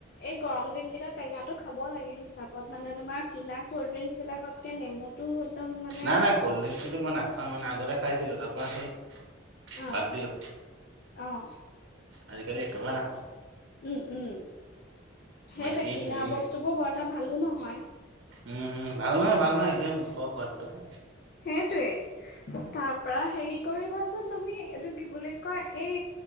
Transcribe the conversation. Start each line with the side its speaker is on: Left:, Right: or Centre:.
Left: এই গৰম দিনকেইটা টেঙাটো খাব লাগে হিচাপত মানে তোমাৰ কিনা ক'ল্ড ড্ৰিংকচবিলাকতকৈ নেমুটো একদম মানে
Right: নাই নাই কল্ড ড্ৰিংকটোতো মই নাখাওঁ মানে আগতে খাইছিলো তাৰ পৰা সেই
Left: অ
Right: বাদ দিলো।
Left: অ'।
Right: আজিকালি একবাৰে নাখাওঁ।
Left: উম', উম', সেইটোৱেই,
Right: বাকী
Left: কিনা
Right: হেৰি
Left: বস্তুবোৰ বৰএটা ভালো নহয়
Right: উম', উম', ভাল নহয়, ভাল নহয়, এইটো মুখৰ সোৱাদটোহে।
Left: সেইটোয়ে, তাৰ পৰা হেৰি কৰিবাচোন তুমি এইটো কি বুলি কয়, এই